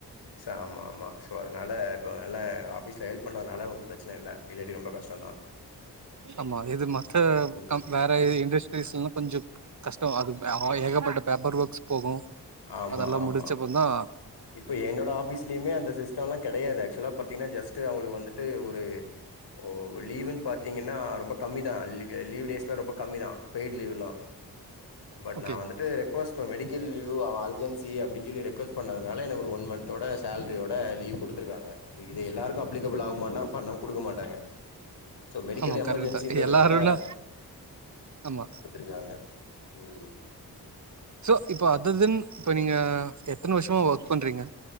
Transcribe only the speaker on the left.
ச ஆமா ஆமா சோ அதனால இப்போ எல்லா ஆஃபிஸ்ல ஹெல்ப் பண்ணதுனால ஒன் ப்ரச்சன இல்ல இல்லாடி ரொம்ப கஷ் டோந்தா
ம்.
ஆமா,
ஆமா.
இப்ப என்னோட ஆஃபிஸ்லயுமே அந்த சிஸ்டோலா கடையாது ஆக்சுவலா பாத்தீங்கன்ன ஜெஸ்ட் அவுங்ளுக் வந்துட் ட்டு ஒரு ஓ லீவுன் பாத்தீங்கனா ரொம்ப கம்மிதா லீவ் டேஸ்லா ரொம்ப கம்மிதா பெய்ட் லீவ்லா பட்
நா வந்துட்டு ரெக்வொஸ்ட் மெடிக்கல் லீவு அ அஜன்சி அப்டின் சொல்லி ரெக்வொஸ்ட் பண்ணத் னால எனக்கு ஒரு ஒன் மந்தோட சலரியோட லீவ் குடுத்திருக்காங்க சோ இது எல்லாருக்கு அப்லிகபுல் ஆகுமானா பண்ண குடுக்க மாட்டாங்க சோ மெடிக்கல்
எமர்ஜென்சின்றதுனால
இருக்காங்க ம்